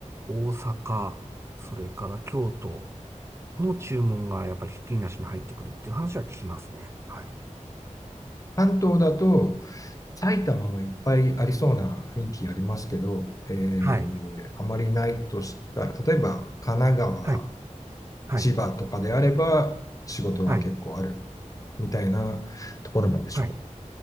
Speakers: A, on the right; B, on the left.
A: 大阪、それから京都の注文がやっぱりひっきりなしに入ってくるっていう話は聞きますね。はい。
B: 関東だと、埼玉もいっぱいありそうな雰囲気ありますけど、えー、
A: はい。
B: あまりないとしたら、例えば神奈川
A: はい、はい、
B: 千葉とかであれば仕事は結構ある
A: はい、
B: みたいなところなんでしょうか。
A: はい。